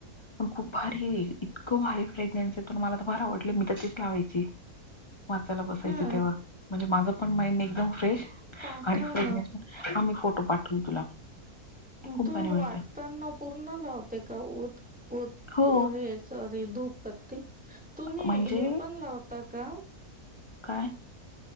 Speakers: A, on the left; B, in the centre.
A: पण खूप भारी हे इतकं भारी फ्रेग्न्स येतोना मला तर फार आवडलं मी तर तीच लावायची वाचायला बसायची
B: हा
A: तेव्हा म्हणजे माझं पण माइंड एक एकदम फ्रेश
B: पाठव
A: आणि फ्रेशनेस
B: ना
A: पण हा मी फोटो पाठविल तुला, खूप
B: तू
A: भारी मिळतं
B: वाचताना पूर्ण लावते का उद उद
A: हो
B: हेस सॉरी धूपपत्ती तुम्ही
A: म्हणजे
B: हे पण लावता का
A: काय